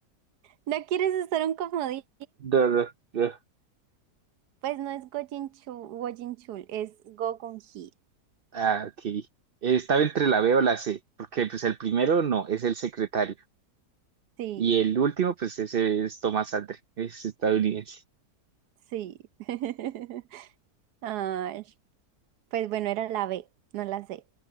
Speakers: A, on the right; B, on the right.
A: ¿No quieres usar un comodín?
B: no, no, no.
A: Pues no es Go Jin-chul, Woo Jin-chul, es Go Geun-hee.
B: Ah, ok. Estaba entre la B o la C, porque pues el primero no, es el secretario.
A: Sí.
B: Y el último, pues ese es Tomás Andre, es estadounidense.
A: Sí. <laughs> Ay, pues bueno, era la B, no la C.